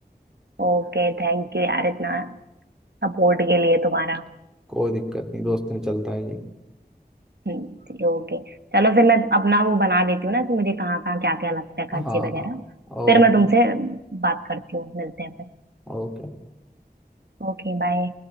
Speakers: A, on the right (about 75°); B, in the centre.
A: ओके थैंक यू यार इतना सपोर्ट के लिए तुम्हारा
B: कोई दिक्कत नहीं दोस्त में चलता है ये
A: ठीक ओके चलो फिर मैं अपना वो बना लेती हूँ ना कि मुझे कहाँ कहाँ क्या क्या लगता है खर्चे
B: हाँ
A: वगैरह
B: ओके
A: फिर मैं तुमसे बात करती हूँ मिलते हैं फिर
B: ओके
A: Okay bye